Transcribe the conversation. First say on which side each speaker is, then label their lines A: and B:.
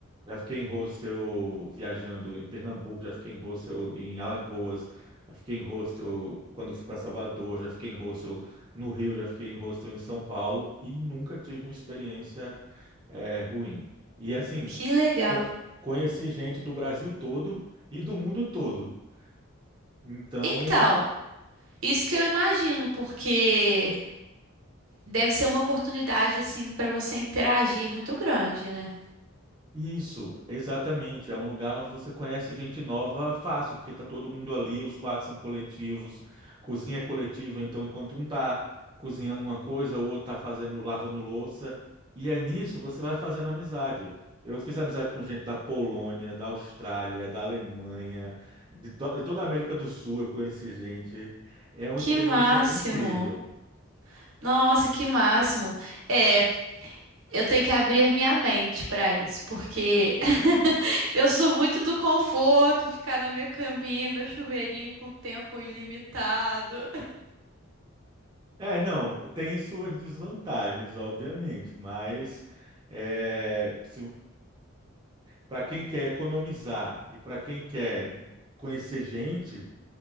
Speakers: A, on the right (about 20°); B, on the right (about 75°).
A: Já fiquei em hostel viajando em Pernambuco, já fiquei em hostel em Alagoas, já fiquei em hostel quando fui para Salvador, já fiquei em hostel no Rio, já fiquei em hostel em São Paulo e nunca tive uma experiência eh, ruim. E assim,
B: Que legal.
A: co- conheci gente do Brasil todo e do mundo todo. Então,
B: Então, isso que eu imagino, porque deve ser uma oportunidade, assim, para você interagir muito grande, né?
A: Isso, exatamente. É um lugar onde você conhece gente nova fácil, porque tá todo mundo ali, os quartos são coletivos, cozinha é coletiva, então enquanto um tá cozinhando uma coisa, o outro tá fazendo, lavando louça, e é nisso você vai fazendo amizade. Eu fiz amizade com gente da Polônia, da Austrália, da Alemanha, de, de toda a América do Sul eu conheci gente. É uma
B: Que
A: experiência
B: máximo.
A: incrível.
B: Nossa, que máximo. É. Eu tenho que abrir minha mente para isso, porque <laughs> eu sou muito do conforto, ficar na minha caminha, meu chuveirinho com tempo ilimitado.
A: É, não, tem suas desvantagens, obviamente, mas é, se, para quem quer economizar e para quem quer conhecer gente,